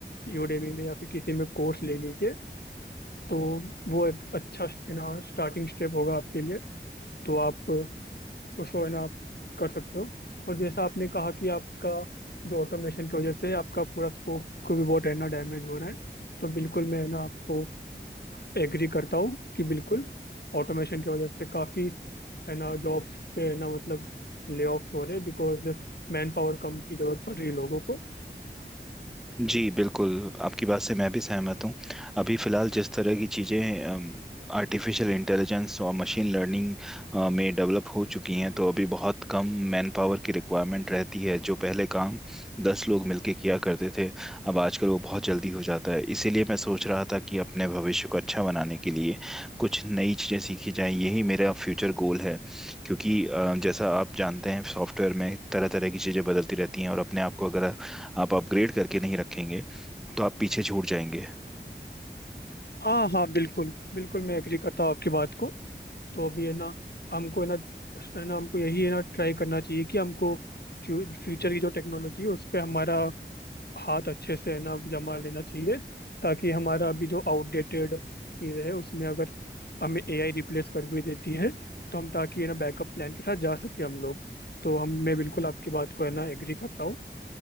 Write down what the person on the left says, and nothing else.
यूडेमी में या फिर किसी में कोर्स ले लीजिए तो वो एक अच्छा है ना स्टार्टिंग स्टेप होगा आपके लिए तो आप उसको है ना आप कर सकते हो और जैसा आपने कहा कि आपका जो ऑटोमेशन की वजह से आपका पूरा स्कोप को भी बहुत है ना डैमेज हो रहा है तो बिल्कुल मैं है ना आपको एग्री करता हूँ कि बिल्कुल ऑटोमेशन की वजह से काफ़ी है ना जॉब्स पे है ना मतलब ले ऑफ्स हो रहे बिकॉज मैन पावर कम की जरूरत पड़ रही है लोगों को
हाँ हाँ बिल्कुल बिल्कुल मैं एग्री करता हूँ आपकी बात को तो अभी है ना हमको है ना है ना हमको यही है ना ट्राई करना चाहिए कि हमको फ्यू, फ्यूचर की जो टेक्नोलॉजी है उस पर हमारा हाथ अच्छे से है ना जमा लेना चाहिए ताकि हमारा अभी जो आउटडेटेड चीज़ है उसमें अगर हमें एआई रिप्लेस कर भी देती है तो हम ताकि है ना बैकअप प्लान के साथ जा सके हम लोग तो हम मैं बिल्कुल आपकी बात को है ना एग्री करता हूँ